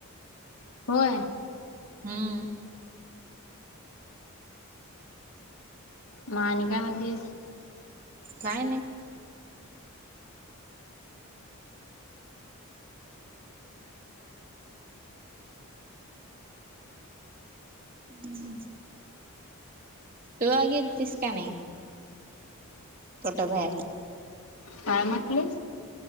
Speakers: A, on the left; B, on the right.
A: होय
B: हम्म
A: म आणि काय म्हणतीस?
B: काय नाही. <inaudible> तू आज गेलतीस का नाही? कुठं बाहेर?
A: काय म्हटलीस?